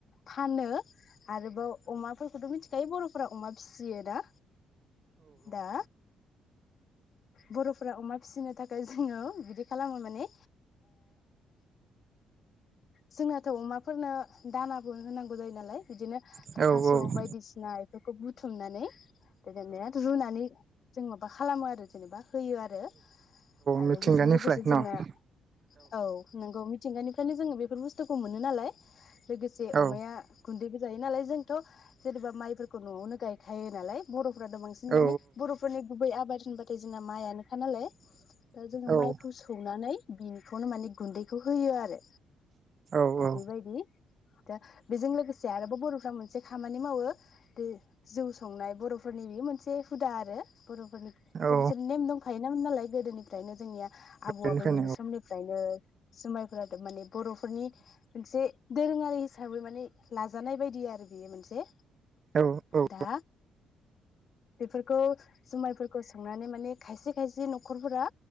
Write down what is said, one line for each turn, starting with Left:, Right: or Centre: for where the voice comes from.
Left: फानो आरोबाव अमाफोरखौथ' मिथिखायो बर'फोरा अमा फिसियो ना दा बर'फोरा अमा फिसिनो थाखाय जोङो बिदि खालामो माने जोंनाथ' अमाफोरनो दानाबो होनांगौ जायो नालाय बिदिनो
Right: औ
Left: थास'
Right: औ
Left: बायदिसिना इफोरखौ बुथुमनानै बिदिनो रुनानै जों माबा खालामो आरो जेनेबा होयो आरो आरो
Right: मिथिंगानिफ्राय
Left: बेजों लोगोसे
Right: न
Left: जोंना
Right: औ
Left: औ नोंगौ मिथिंगानिफ्रायनो जोङो बेफोर बुस्थुखौ मोनो नालाय लोगोसे
Right: औ
Left: अमाया गुन्दैबो जायो नालाय जोंथ' जेनेबा माइफोरखौ न'आवनो गायखायो नालाय बर'फ्राथ' बांसिन
Right: औ
Left: माने बर'फोरनि गुबै आबाद होनबाथाय जोंना माइआनोखा नालाय दा जोङो
Right: औ
Left: माइखौ सौनानै बिनिखौनो माने गुन्दैखौ होयो आरो
Right: औ
Left: दा बेबायदि दा बेजों लोगोसे आरोबाव बर'फ्रा मोनसे खामानि मावो बे जौ संनाय बर'फोरनि बे मोनसे हुदा आरो बर'फोरनि
Right: औ
Left: बिसोर नेम दंखायोमोन नालाय गोदोनिफ्रायनो जोंनिया आबौ
Right: बेनिखायनो
Left: आबैमोननि समनिफ्रायनो जुमायफोराथ' माने बर'फोरनि मोनसे दोरोङारि हिसाबै माने लाजानाय बायदि आरो बेयो मोनसे
Right: औ औ
Left: दा बेफोरखौ जुमायफोरखौ संनानै माने खायसे खायसे न'खरफोरा